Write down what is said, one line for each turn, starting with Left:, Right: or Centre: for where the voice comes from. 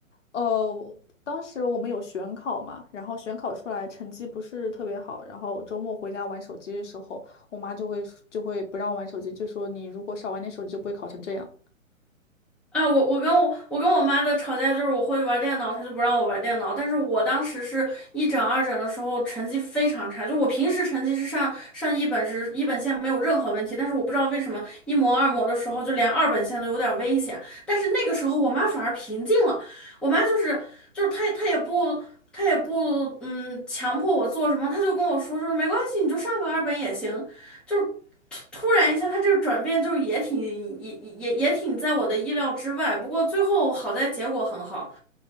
Left: 呃，当时我们有选考嘛，然后选考出来成绩不是特别好，然后周末回家玩手机的时候，我妈就会就会不让我玩手机，就说你如果少玩点手机，就不会考成这样。
Centre: 啊，我我跟我我跟我妈的吵架就是我会玩电脑，她就不让我玩电脑。但是我当时是一整二整的时候成绩非常差，就我平时成绩是上上一本是一本线没有任何问题，但是我不知道为什么一模二模的时候就连二本线都有点危险。但是那个时候我妈反而平静了，我妈就是就是她她也不她也不嗯强迫我做什么，她就跟我说就是没关系，你就上个二本也行，就。突然一下，他这个转变就是也挺也也也挺在我的意料之外。不过最后好在结果很好，